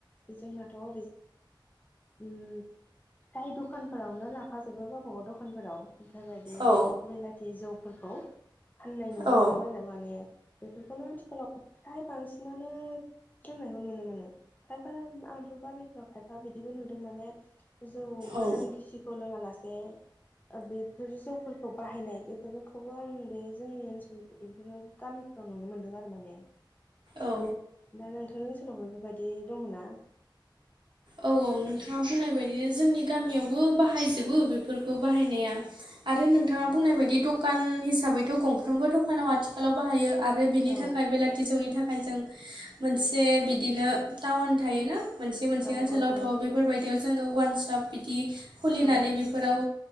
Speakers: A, on the left; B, on the right.
A: जोंनाथ' <inaudible> फ्राय दखान फोरावनो लाबो थांफाजोबो गावबागाव दखानफोराव ओमफबायदि
B: औ
A: बेलाथि जौफोरखौ। फाननाय नुनो
B: औ
A: मोनोन आरो माने बेफोरखौनो आथिखालाव फ्राय बांसिनानो सोलोंनायखौ नुनो मोनो खायफा आंथ' गामिफ्राव खायफा बिदिबो नुदों माने जौ
B: औ
A: गोरान गिसिखौ लोङालासे बेफोर जौफोरखौ बाहायनाय बेफोरखौबो आं बे जोंनि ओनसोल बेफोर गामि फाव नुनो मोनदों आरो माने
B: औ।
A: दा नोंथांनि ओनसोलावबो बेबायदि दङ ना?
B: औ औ नोंथाङा बुंनाय बायदिनो जोंनि गामियावबो बाहायजोबो बेफोरखौ बाहायनाया। आरो नोंथाङा बुंनाय बायदि दखान हिसाबैथ' गंफ्रोमबो दखानाव आथिखालाव बाहायो। आरो बिनि
A: औ
B: थाखाय बेलेक जौनि थाखाय ज मोनसे बिदिनो टाउन थोन मोनसे बे ओनसोलावथ'
A: औ औ औ
B: बेफोरबायदियाव जोङो वानसप बिदि खुलिनानै
A: औ
B: बि फोराव